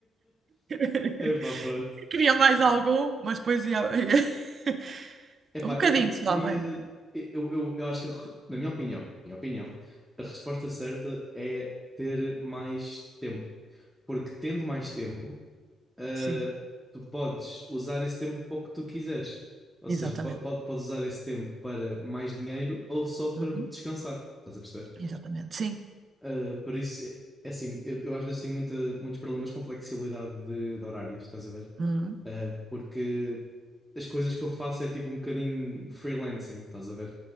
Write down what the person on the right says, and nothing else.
<laughs>
Queria mais algum, mas depois ia. <laughs>
Um bocadinho
só, mais. um bocadinho.
Sim,
exatamente.
Uhum,
Exatamente, sim.
Uhum,